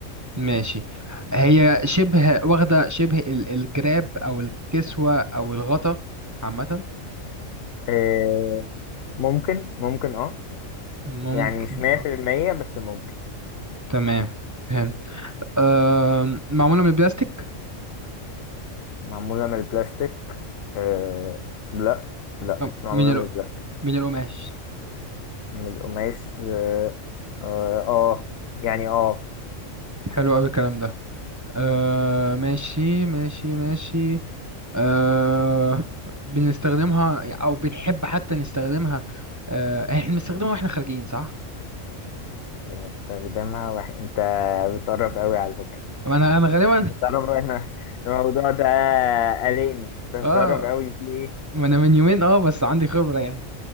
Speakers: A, on the right; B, on the left.
A: ماشي هي شبه واخدة شبه ال... الجراب أو الكسوة أو الغطا عامة
B: آه، ممكن ممكن اه
A: ممكن
B: يعني مش مية
A: اه
B: في المية بس ممكن
A: تمام فهمت آه معمولة من البلاستيك
B: معمولة من البلاستيك آه، لا لا
A: م-
B: مش معمولة
A: من ال...
B: من البلاستيك
A: من القماش
B: من القماش اه آه، آه، يعني اه
A: حلو أوي الكلام ده آه ماشي ماشي ماشي آه بنستخدمها او بنحب حتى نستخدمها آه احنا بنستخدمها واحنا خارجين صح
B: بنستخدمها واحنا انت بتقرب قوي على فكرة
A: ما انا انا غالبا
B: بتعرف انا الموضوع ده قلقني
A: <laughs>
B: انت بتعرف
A: اه
B: قوي في ايه
A: ما انا من يومين اه بس عندي خبرة يعني